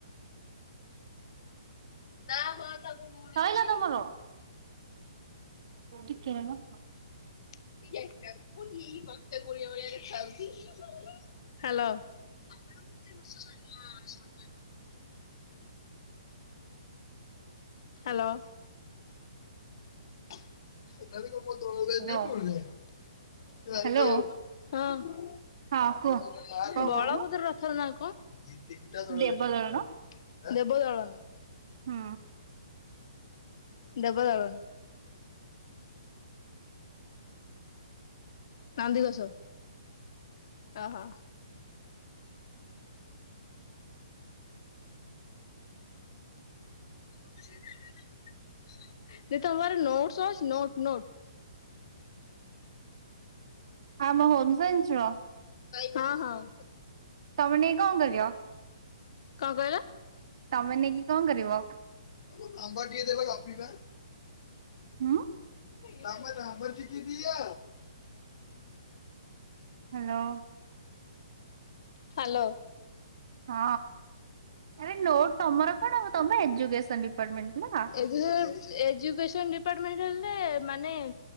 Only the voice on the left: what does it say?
ନାଁ ମ ତାକୁ ଉଣେଇଶି।
ଇରେ ଏଇଟାକୁ ହ୍ୟାଲୋ। ତମେ କେତେ ବର୍ଷ ସାନ ଆପଣ ମାନ ହ୍ୟାଲୋ। <unintelligible> ହଁ
ବଳଭଦ୍ର
ରଥର
ନାଁ
କଣ? କଣ
ଦେବଦଳନ।
ଦେବଦଳନ। ନନ୍ଦିଘୋଷ। ଓହୋ। <inaudible> ଦିଦି ତମ ପାଖରେ ନୋଟସ ଅଛି? Note note.
ହଁ ହଁ।
କଣ କହିଲ?
ତମ ନମ୍ବର ଟିକେ ଦେବେ ଗପିବା?
ତମ ନମ୍ବର ଟିକେ ଦିଅ।
ହାଲୋ।
ଏଜୁକେସ ଏଜୁକେସନ ଡିପାର୍ଟମେଣ୍ଟ ହେଲେ ମାନେ